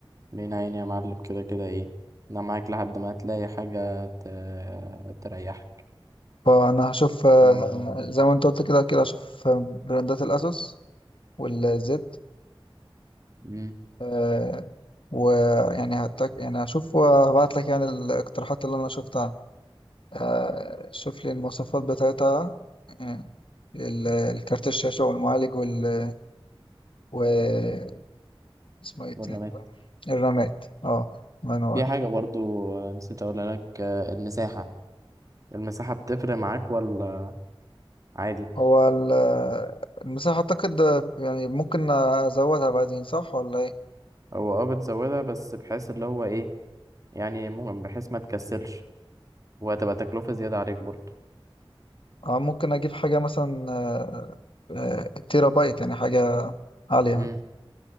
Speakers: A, on the right; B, on the left.
A: بين عيني يا معلم كده كده ايه انا معاك لحد ما هتلاقي حاجة ت- تريحك
B: فانا هشوف آه،
A: آه،
B: زي ما انت قلت كده كده هشوف براندات الاسوس والزد
A: مم،
B: آه ويعني هتك... يعني هشوف وهبعت لك يعني الاقتراحات اللي انا شفتها آه، شوف لي المواصفات بتاعتها آه، ال- الكارت الشاشة والمعالج وال و اسمه ايه تاني؟
A: بالرمات
B: الرامات اه الله ينور
A: في حاجة برضو نسيت أقولها لك آه، المساحة المساحة بتفرق معاك ولا عادي
B: هو ال- المساحة أعتقد آه، يعني ممكن أزودها بعدين صح ولا ايه؟
A: هو اه بتزودها بس بحيث اللي هو ايه يعني ممكن بحيث ما تكسلش وهتبقى تكلفة زيادة عليك برضو
B: اه ممكن أجيب حاجة مثلا آه، آه، تيرا بايت يعني حاجة عالية
A: مم.